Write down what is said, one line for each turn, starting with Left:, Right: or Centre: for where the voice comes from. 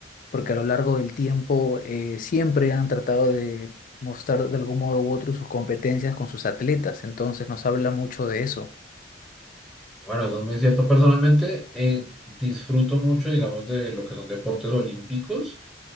Left: porque a lo largo del tiempo eh, siempre han tratado de mostrar de algún modo u otro sus competencias con sus atletas, entonces nos habla mucho de eso.
Centre: Bueno, eso es muy cierto. Personalmente, eh, disfruto mucho, digamos, de lo que son deportes olímpicos.